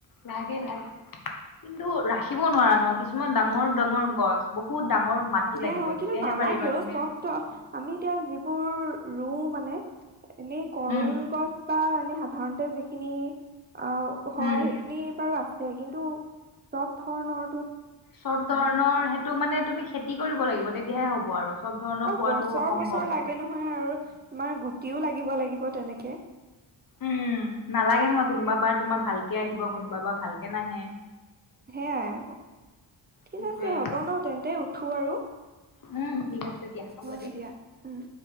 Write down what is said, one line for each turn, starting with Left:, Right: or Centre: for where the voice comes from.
Left: লাগে, লাগে। কিন্তু ৰাখিব নোৱাৰা নহয় কিছুমান ডাঙৰ গছ বহুত ডাঙৰ মাটি
Right: সে
Left: লাগিব
Right: হয়। কিন্তু
Left: তেতিয়াহে
Right: নালাগেও
Left: পাৰিবা তুমি
Right: চব তো আমি এতিয়া যিবোৰ ৰৰু মানে এনে কল
Left: উম
Right: গছ বা এনেই সাধাৰণতে যি খিনি অ, হয়
Left: উম
Right: সেইখিনি বাৰু আছে। কিন্তু চব ধৰণৰ
Left: চব ধৰণৰ হে টো মানে তুমি খেতি কৰিব লাগিব তেতিয়াহে হ'ব আৰু। চব ধৰণৰ
Right: আৰু
Left: পোৱাটো
Right: বছৰ,
Left: অসম্ভৱ
Right: বছৰ
Left: আৰু
Right: লাগে নহয় আৰু। আমাৰ গো গুটি লাগিব লাগিব তেনেকে।
Left: উম, নালাগে নহয় কোনোবা বাৰ তোমাৰ ভালকে আহিব কোনোবা বাৰ ভালকে নাহে।
Right: সেয়াই আকৌ। ঠিক
Left: সেইটোয়ে
Right: আছে হ'ব ন তেন্তে উঠো আৰু।
Left: উম, ঠিক আছে দিয়া হ'ব
Right: মহ দিয়া। উম'।